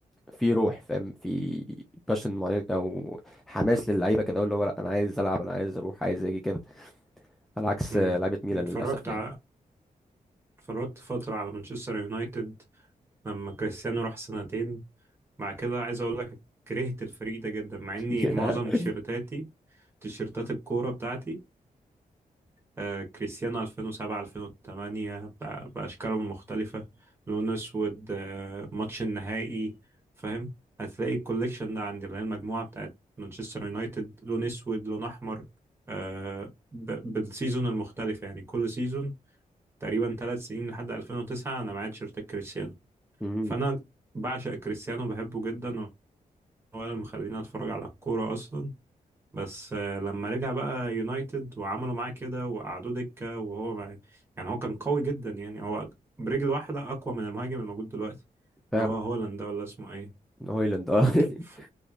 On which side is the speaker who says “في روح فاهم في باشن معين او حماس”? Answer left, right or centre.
Centre